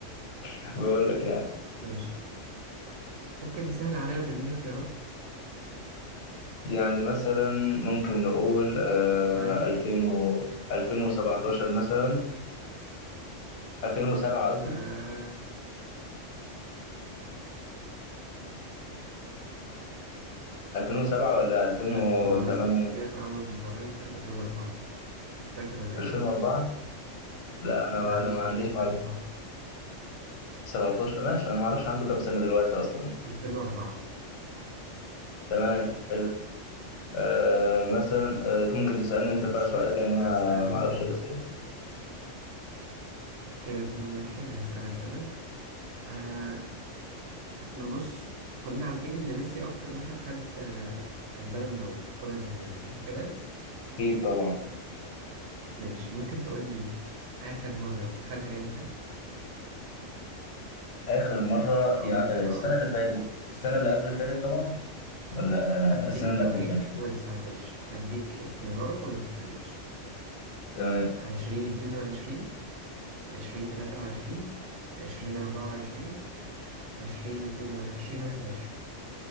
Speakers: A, on the left; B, on the right.
A: <laughs> بقول لك يعني
B: ماشي ممكن تسهل عليا وتديني اختيارات
A: يعني مثلا ممكن نقول آه
B: سامعني
A: 2000 و 2017 مثلا 2007 قصدي
B: آه...
A: 2007 ولا 2008
B: لا هو ميسي لعب اول مباراة ليه كانت 2004 مش فاكر ولا
A: 2004
B: ايه
A: لا انا
B: وكان عنده
A: انا ما
B: 17
A: عنديش
B: سنة
A: معلومه
B: صح
A: 17 ماشي انا ما اعرفش عنده كام سنه دلوقتي اصلا
B: 2004
A: تمام حلو آه مثلا آه ممكن تسالني
B: ماشي
A: انت بقى سؤال لان انا
B: هسألك
A: ما اعرفش
B: أنا
A: الاسئله
B: كده اتنين واحد هسألك أنا آه احنا بص كلنا عارفين إن ميسي أكتر واحد خد آه البالون دور الكرة الذهبية صح كده؟
A: اكيد طبعا
B: ماشي ممكن تقول لي آخر مرة خدها إمتى؟
A: اخر مره
B: است- أقول
A: يا
B: لك أقول
A: آه، السنه اللي فاتت السنه اللي قبل اللي فاتت طبعا ولا
B: هديك
A: السنه اللي
B: تواريخ
A: قبل اللي فاتت
B: وما تستعجلش هديك اختيارات وما تستعجلش
A: تمام
B: عشرين اتنين وعشرين عشرين تلاتة وعشرين عشرين أربعة وعشرين عشرين اتنين وعشرين عشرين واحد وعشرين